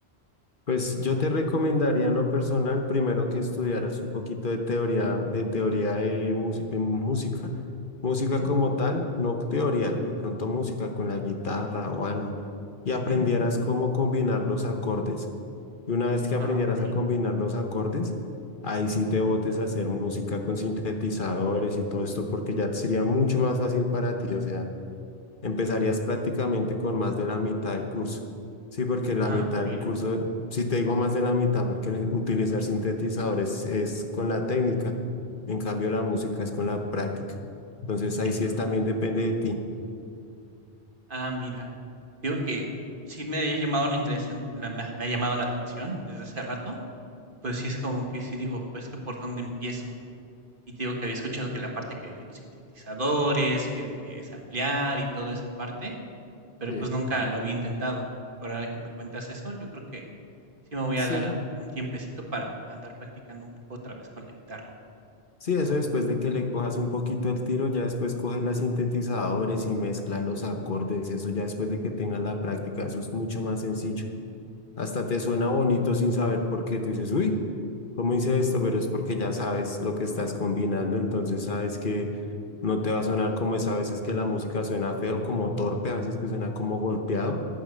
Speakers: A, on the left (about 50°); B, on the right (about 50°).
A: Pues yo te recomendaría en lo personal primero que estudiaras un poquito de teoría, de teoría de, músi- de música. Música
B: Ujú,
A: como tal, no teoría, de pronto música con la guitarra o algo, y aprendieras
B: ujú.
A: cómo combinar los acordes. Y una vez que aprendieras
B: Ah, okey.
A: a combinar los acordes, ahí sí te botes a hacer música con sintetizadores y todo esto, porque ya sería mucho más fácil para ti. O sea, empezarías prácticamente con más de la mitad del curso. Sí, porque la
B: Ah,
A: mitad
B: mira.
A: del curso, si te digo más de la mitad, porque el utilizar sintetizadores es con la técnica. En cambio, la música es con la práctica. Entonces, ahí
B: Ah,
A: sí es también depende de ti.
B: ah, mira. Digo que sí me había llamado la intención la me me ha llamado la atención desde hace rato, pero sí es como que sí digo, pues, que, ¿por dónde empiezo? Y te digo que había escuchado que la parte que de los sintetizadores, que de que es ampliar y toda esa parte, Pero,
A: Sí,
B: pues, nunca lo había intentado. Pero ahora que me cuentas eso, yo creo que sí me voy
A: sí,
B: a dar un tiempecito para andar practicando un poco otra vez con la guitarra.
A: Sí, eso después de que le cojas un poquito el tiro, ya después coges los sintetizadores y mezclas los acordes, eso ya después de que tengas la práctica, eso es mucho más sencillo. Hasta te suena bonito sin saber por qué. Tú dices, uy, ¿cómo hice esto? Pero es porque ya sabes lo que estás combinando, entonces sabes que no te va a sonar como es a veces que la música suena feo, como torpe, a veces que suena como golpeado,